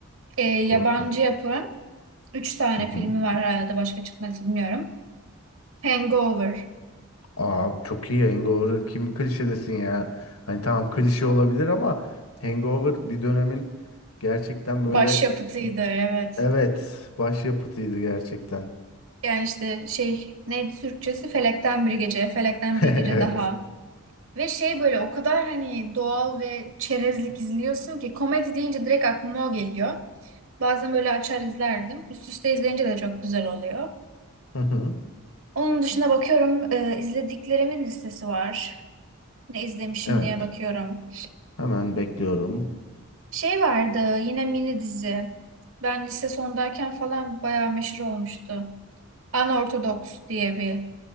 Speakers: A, on the right; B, on the left.
A: Ee, yabancı
B: korktum.
A: yapım. Üç tane
B: Hı hı.
A: filmi var herhalde başka çıkmadı bilmiyorum. Hangover.
B: Abi çok iyi Hangover. Kim klişe desin ya? Hani tamam klişe olabilir ama Hangover bir dönemin gerçekten
A: Başyapıtıydı
B: böyle
A: evet.
B: evet başyapıtıydı gerçekten.
A: Yani işte şey neydi Türkçesi? Felekten Bir Gece. Felekten
B: <laughs>
A: Bir
B: Evet.
A: Gece daha. Ve şey böyle o kadar hani doğal ve çerezlik izliyorsun ki komedi deyince direkt aklıma o geliyor. Bazen böyle açar izlerdim. Üst üste izleyince de çok güzel oluyor.
B: Hı hı.
A: Onun dışında bakıyorum e, izlediklerimin listesi var. Ne izlemişim
B: Evet.
A: diye bakıyorum.
B: Hemen bekliyorum.
A: Şey vardı yine mini dizi. Ben lise sondayken falan bayağı meşhur olmuştu. Unorthodox diye bir.